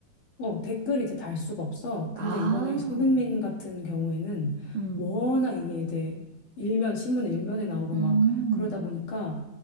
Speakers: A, on the left; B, on the right.
A: 어, 댓글 이제 달 수가 없어.
B: 아,
A: 근데 이번에 손흥민 같은 경우에는
B: 음,
A: 워낙 이게 이제 일면, 신문 일면에 나오고
B: 음.
A: 막 그러다 보니까